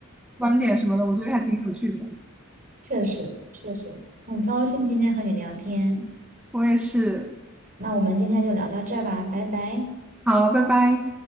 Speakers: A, in the centre; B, on the right (about 40°).
A: 观点什么的，我觉得还挺有趣的。
B: 确实，确实，很高兴今天和你聊天，
A: 我也是，
B: 那我们今天就聊到这儿吧，拜拜。
A: 好，拜拜。